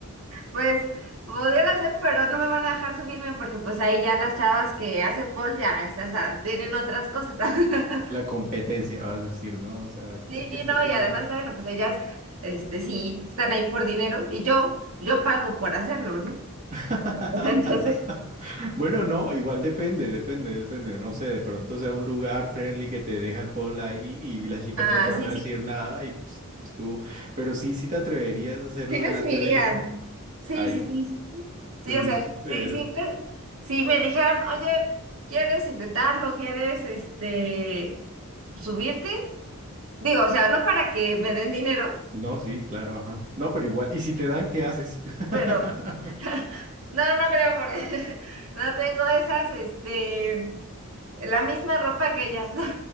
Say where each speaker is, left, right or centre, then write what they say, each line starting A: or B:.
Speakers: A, on the right (about 75°); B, on the right (about 35°).
A: Pues pudiera ser, pero no me van a dejar subirme porque pues ahí ya las chavas que hacen pole ya, o sea, o sea, tienen otras cosas. <laughs>
B: La competencia, vas a decir, ¿no? O sea, este,
A: Sí,
B: este
A: no,
B: que
A: y
B: viene.
A: además, bueno, pues ellas, este, sí, están ahí por dinero y yo, yo pago por hacerlo, ¿no?
B: <laughs>
A: <laughs> Entonces,
B: Bueno, no, igual depende, depende, depende. No sé, de pronto sea un lugar friendly que te deja el pool ahí y las chicas
A: ah,
B: no te van
A: sí,
B: a
A: sí,
B: decir nada y pues, pues, tú. Pero sí, sí te atreverías a hacerlo
A: sí me
B: delante
A: subiría.
B: de gente.
A: Sí,
B: Ay,
A: sí, sí. Sí,
B: pero
A: o
B: es
A: sea,
B: súper.
A: sí, sí, me- si me dijeran, oye, ¿quieres intentarlo? ¿Quieres, este, subirte? Digo, o sea, no para que me den dinero.
B: No, sí, claro, ajá. No, pero igual, ¿y si te dan, qué haces? <laughs>
A: pero no, no creo por <laughs> no tengo esas, este, la misma ropa que ellas.